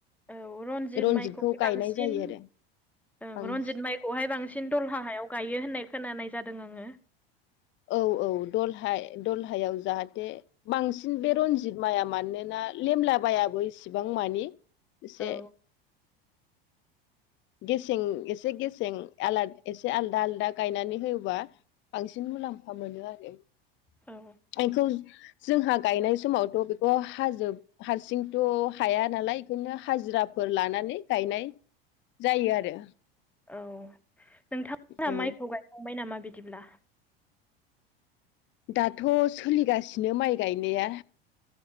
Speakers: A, in the centre; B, on the left.
A: औ रनजित
B: रनजितखौ
A: माइखौह
B: गायनाय
A: बांसिन
B: जायो आरो
A: ओं
B: बांसिन
A: रनजित माइखौहाय बांसिन दलहा हायाव गायो होननाय खोनानाय जादों आङो।
B: औ औ दलहा दलहायाव जाहाथे बांसिन बे रनजित माइआ मानोना लेमला बायाबो इसिबां मानि। एसे
A: औ
B: गेसें एसे गेसें आला एसे आलदा आलदा गायनानै होयोबा। बांसिन मुलाम्फा मोनो आरो।
A: औ।
B: एखौ जोंहा गायनाय समावथ' बेखौ हाजोब हारसिंथ' हाया नालाय एखायनो हाजिराफोर लानानै गायनाय जायो आरो।
A: औ नोंथांमोना
B: औ
A: माइखौ गायखांबाय नामा बिदिब्ला?
B: दाथ' सोलिगासिनो माइ गायनाया।